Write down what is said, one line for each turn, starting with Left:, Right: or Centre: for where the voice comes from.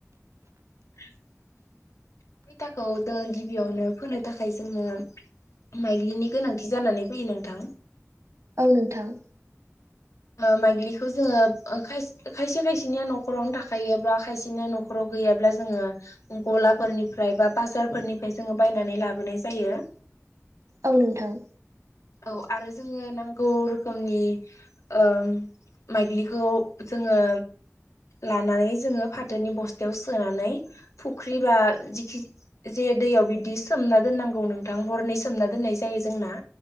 Left: <inaudible> खैथाखौ जों गिबियावनो फोनो थाखाय जोङो माइग्लिनि गोनांथि जानानै फैयो नोंथां।
Right: औ नोंथां।
Left: माइग्लिखौ जोङो खायसे खायसेनिया न'खरावनो थाखायोबा खायसेनिया न'ख खराव गैयाब्ला जोङो गलाफोरनिफ्राय बा बाजारफोरनिफ्राय जोङो बायनानै लाबोनाय जायो।
Right: औ नोंथां।
Left: औ आरो जोङो नांगौ रोखोमनि ओ माइग्लिखौ जोङो लानानै जोङो फाथोनि बस्थायाव सोनानै फुख्रि बा जिखि जे दैयाव बिदि सोमना दोननांगौ नोंथां हरनै सोमना दोननाय जायो जोंना।